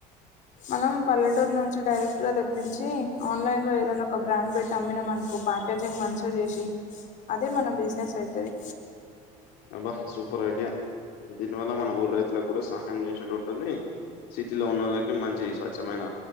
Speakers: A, on the left; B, on the left.
A: మనం పల్లెటూరు నుంచి డైరెక్ట్ గా తెప్పించి ఆన్లైన్ లో ఏదైనా ఒక బ్రాండ్ పెట్టి అమ్మినాం అనుకో ప్యాకేజింగ్ మంచిగా చేసి అదే మన బిజినెస్ అయితది
B: అబ్బా సూపర్ ఐడియా దీని వల్ల మన ఊరు రైతులకు కూడా సహాయం చేసినట్టు ఉంటుంది సిటీలో ఉన్నళ్ళకి మంచి స్వచ్ఛమైన